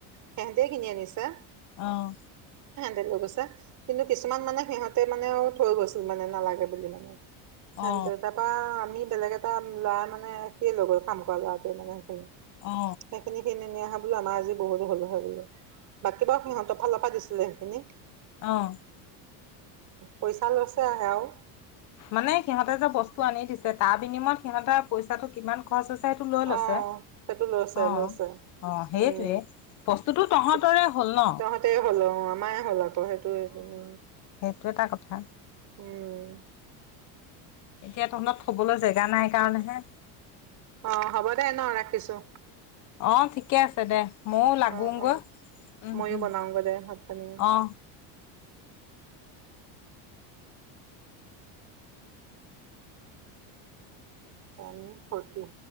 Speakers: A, on the right (about 45°); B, on the left (about 40°).
A: সিহঁতেই কিনি আনিছে।
B: আহ।
A: তেলোকচা কিন্তু কিছুমান মানে সিহঁতে মানে আৰু থৈ গৈছিল মানে নালাগে বুলি মানে। হ‌ওক
B: অ
A: দে। তাপা আমি বেলেগ এটা ল'ৰা মানে, সিয়ে লৈ গ'ল, কাম কৰা ল'ৰাটোৱে মানে সেইখিনি।
B: অ
A: সেইখিনি খিনি নি অহা বোৰ আমাৰ আজি বহুতো হ'ল হয় বোলো। বাকী বাৰু সিহঁতৰ ফালৰ পৰা দিছে। লে সেইখিনি।
B: আহ।
A: পইচা লৈছে আৰু সেয়াও।
B: মানে সিহঁতে যে বস্তু আনি দিছে, তাৰ বিনিময় সিহঁতৰ পইচাটো কিমান খৰচ হৈছে সেইটো লৈ লৈছে
A: আহ। সেইটো লৈছে
B: অ
A: লৈছে।
B: অ সেইটোৱে
A: উম,
B: বস্তুটো তহঁতৰে
A: তহঁতৰে
B: হ'ল ন
A: হ'ল আৰু, আমাৰেই হ'ল আৰু। ত সেইটোৱেই, উম।
B: টো এটা কথা।
A: উম।
B: এতিয়া তহলত থবলৈ জেগা নাই কাৰণেহে,
A: অ হ'ব দে ন! ৰাখিছোঁ।
B: অ ঠিকে আছে দে। ময়ো লাগোগৈ।
A: অ অ
B: উম
A: ময়ো
B: উম,
A: বনাওঁগৈ দে ভাত পানী।
B: অ।
A: Ten forty.